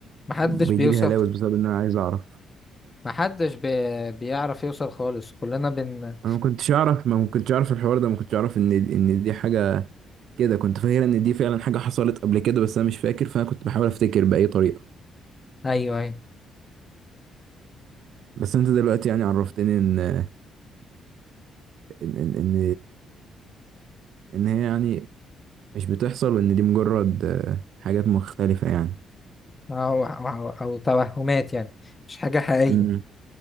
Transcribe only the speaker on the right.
وبيجي
لي هلاوس بسبب ان انا عايز اعرف
انا ما كنتش اعرف ما ما كنتش اعرف الحوار ده ما كنتش اعرف ان ان دي حاجه كده كنت فاكر ان دي فعلا حاجه حصلت قبل كده بس انا مش فاكر فانا كنت بحاول افتكر باي طريقه
بس انت دلوقتي يعني عرفتني ان ان ان ان, إن هي يعني مش بتحصل وان دي مجرد آه، حاجات مختلفه يعني
امم